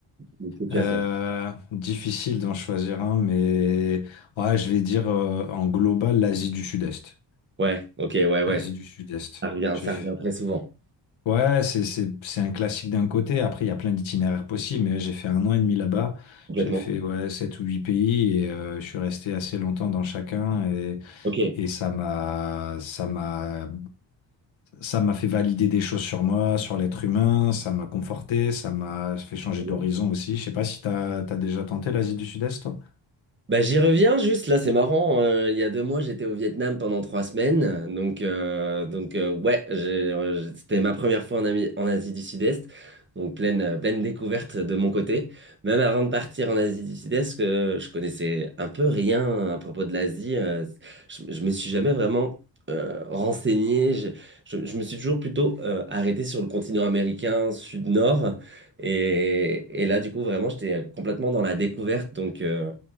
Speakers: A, on the right; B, on the left.
A: Que tu
B: Euh,
A: as fait?
B: difficile d'en choisir un, mais ouais, je vais dire euh, en global l'Asie du Sud-Est.
A: Ouais, ok, ouais, ouais,
B: L'Asie
A: ça
B: du Sud-Est.
A: revient,
B: J'ai
A: ça
B: fait-
A: revient très souvent,
B: Ouais, c'est c'est c'est un classique d'un côté. Après, il y a plein d'itinéraires possibles, mais j'ai fait un an et demi là-bas.
A: complètement.
B: J'ai fait ouais sept ou huit pays et euh, je suis resté assez longtemps dans chacun et
A: Ok.
B: et ça m'a ça m'a ça m'a fait valider des choses sur moi, sur l'être humain. Ça m'a conforté, ça m'a fait changer
A: Bien.
B: d'horizon aussi. Je sais pas si t'as t'as déjà tenté l'Asie du Sud-Est, toi.
A: Bah, j'y reviens juste, là c'est marrant, euh, il y a deux mois j'étais au Vietnam pendant trois semaines, donc, euh, donc euh, ouais, j'ai- euh, c'était ma première fois en, Ami- en Asie du Sud-Est, donc pleine, euh, pleine découverte de mon côté, même avant de partir en Asie du Sud-Est, que je connaissais un peu rien à propos de l'Asie, euh, je, je me suis jamais vraiment euh, renseigné. Je, je- je me suis toujours plutôt euh, arrêté sur le continent américain sud-nord. Et, et là, du coup, vraiment, j'étais complètement dans la découverte. Donc, euh,